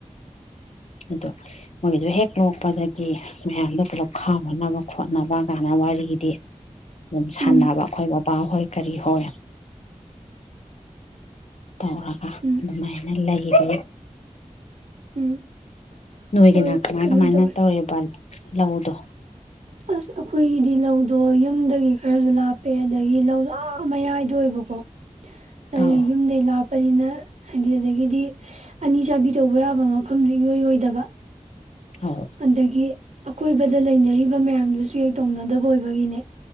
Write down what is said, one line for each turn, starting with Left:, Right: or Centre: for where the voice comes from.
Left: ꯑꯗꯣ ꯃꯣꯏꯒꯤꯗ ꯍꯦꯛ ꯂꯣꯛꯄꯗꯒꯤ ꯃꯌꯥꯝꯗꯣ ꯄꯨꯂꯞ ꯈꯥꯎꯅꯅꯕ ꯈꯣꯠꯅꯕ ꯀꯥꯏꯅ ꯋꯥꯔꯤꯗꯤ ꯑꯗꯨꯝ ꯁꯥꯟꯅꯕ
Right: ꯎꯝ ꯎꯝ
Left: ꯑꯩꯈꯣꯏ ꯕꯕꯥꯍꯣꯏ ꯀꯔꯤ ꯍꯣꯏ ꯇꯧꯔꯒ
Right: ꯎꯝ
Left: ꯑꯗꯨꯃꯥꯏꯅ ꯂꯩꯔꯤ
Right: ꯎꯝ
Left: ꯅꯣꯏꯒꯤꯅ
Right: ꯍꯣꯏ
Left: ꯀꯃꯥꯏ
Right: ꯀꯩꯅꯣ
Left: ꯀꯃꯥꯏꯅ
Right: ꯇꯧꯋꯦ
Left: ꯇꯧꯔꯤꯕ ꯂꯧꯗꯣ
Right: ꯑꯁ ꯑꯩꯈꯣꯏꯒꯤꯗꯤ ꯂꯧꯗꯣ ꯌꯨꯝꯗꯒꯤ ꯈꯔꯁꯨ ꯂꯥꯞꯄꯦ ꯑꯗꯒꯤ ꯂꯧꯗ ꯑꯥ ꯃꯌꯥꯏꯗ ꯑꯣꯏꯕꯀꯣ ꯑꯩ
Left: ꯑꯧ
Right: ꯌꯨꯝꯗꯩ ꯂꯥꯛ <unintelligible> ꯑꯅꯤ ꯆꯥꯕꯤ ꯇꯧꯕ ꯌꯥꯕ ꯃꯐꯝꯗꯤ ꯏꯑꯣꯢ ꯑꯣꯢꯗꯕ
Left: <unintelligible>
Right: ꯑꯗꯒꯤ ꯑꯀꯣꯏꯕꯗ ꯂꯩꯅꯔꯤꯕ ꯃꯌꯥꯝꯗꯨꯁꯨ ꯍꯦꯛ ꯇꯧꯅꯗꯕ ꯑꯣꯏꯕꯒꯤꯅꯦ